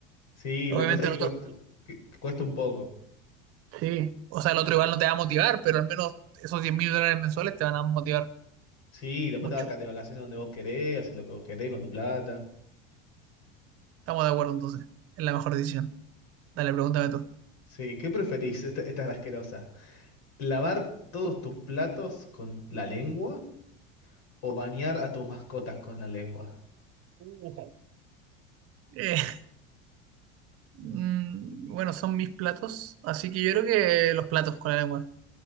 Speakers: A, on the left (about 60°); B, on the right (about 50°).
A: Sí,
B: Obviamente
A: la cosa que
B: el
A: cuesta,
B: otro,
A: que, que cuesta un poco.
B: sí, o sea, el otro igual no te va a motivar, pero al menos esos diez mil dólares mensuales te van a motivar
A: Sí, después
B: mucho.
A: te vas de vacaciones donde vos querés, haces lo que vos querés con tu plata.
B: Estamos de acuerdo entonces, es la mejor decisión. Dale, pregúntame tú.
A: Sí, ¿qué preferís? <laughs> Esta, esta es la asquerosa. ¿Lavar todos tus platos con la lengua o bañar a tus mascotas con la lengua?
B: Ujú. Eh, mm, bueno, son mis platos, así que yo creo que los platos con la lengua,